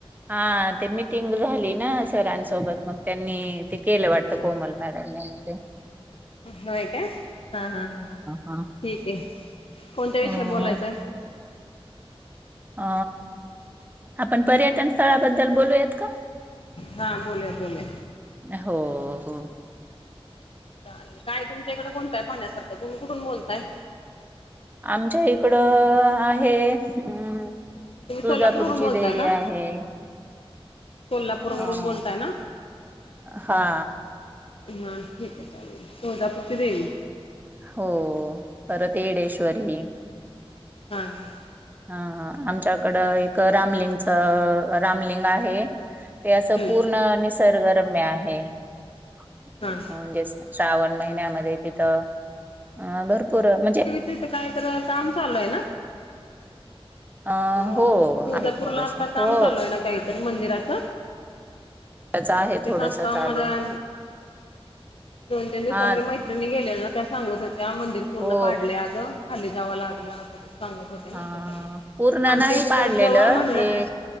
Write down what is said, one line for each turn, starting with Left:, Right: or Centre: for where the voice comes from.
Right: हा ते मिटिंग झाली ना सरांसोबत मग त्यांनी ते केलं वाट ते कोमल मॅडम <unintelligible>
Left: होय का हा हा हा
Right: हा
Left: ठीक आहे कोणत्या
Right: अ
Left: विषयी बोलायचं?
Right: अ आपण पर्यटन स्थळाबद्दल बोलूयात का?
Left: हा बोल्या बोल्या.
Right: हो हो.
Left: चालेल काय तुमच्याकडे कोणता आहे पाहण्यासारखं तुम्ही कुठून बोलताय?
Right: आमच्या इकडं आहे अम्म
Left: तुम्ही
Right: तुळजापूरची
Left: सोलापूरवरून बोलताय
Right: देवी
Left: का
Right: आहे.
Left: सोलापूरवरून
Right: आं
Left: बोलताय ना
Right: हा.
Left: हा ठीक आहे चालेल तुळजापूरची देवी
Right: हो परतेडेश्वरी
Left: हा हा.
Right: अ आमच्याकडं एक रामलिंगच रामलिंग आहे. ते असं
Left: हम्म
Right: पूर्ण निसर्गरम्य आहे. <unintelligible>
Left: हा
Right: श्रावण महिन्यामध्ये तिथं अ भरपूर म्हणजे
Left: तिथं काहीतर काम चालू आहे ना.
Right: अ
Left: हॅलो
Right: हो
Left: तुळजापूरला
Right: आहे थोडस
Left: आता काम
Right: हो
Left: चालू आहे ना काहीतरी मंदिराचा?
Right: त्याच
Left: हा
Right: आहे
Left: तेच
Right: थोडस
Left: आत्ता
Right: चालू
Left: माझा दोन तीन दिवसापूर्वी
Right: हा
Left: मैत्रिणी गेलेल्या ना त्या सांगत होत्या मंदिर पूर्ण
Right: हो
Left: पाडल्या अगं. खाली जावं लागलं सांगत होते ना
Right: हा
Left: त्याच्यामुळे
Right: पूर्ण
Left: आमच्या
Right: नाही
Left: इथे
Right: पाडलेलं
Left: तर जवळ म्हणलं
Right: ते
Left: तर